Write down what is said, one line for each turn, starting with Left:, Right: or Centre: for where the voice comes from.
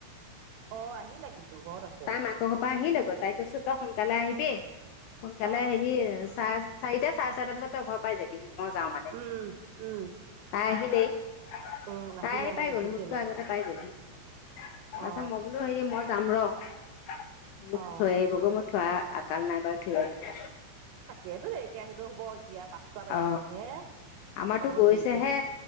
Right: অঁহ, আহিলে কিন্তু ঘৰত আছ-
Left: তাই মাকৰ ঘৰ পৰা আহি- ল আকৌ। তাই কৈছে, তই সোনকালে আহিবি- সোনকালে
Right: অ
Left: আহিবি‌ চাৰ- চাৰিটা চাৰে চাৰিটা বজাত তোই ঘৰ পাই যাবি। মই যাওঁ মানে
Right: উম উম
Left: তাই আহিলি। <unintelligible>
Right: উম আহিলে
Left: তাই
Right: মই
Left: পাই
Right: দেখিছো
Left: গ'লো মোকতো
Right: এই মাত্ৰ
Left: আগতে পাই গল তাৰ পাছত
Right: অ
Left: মই বোলো হেৰি মই যাম ৰ। মোক
Right: অ
Left: থৈ আহিবগৈ মোক থোৱা। আকাল নাই বাৰু ঠিক।
Right: তাকেইেতো দেৰিকে আহিলেও হব এতিয়া পাঁচটা বাঢ়িছেহে
Left: অ আমাৰতো
Right: অকনমান
Left: গৈছেহে
Right: দেৰিকে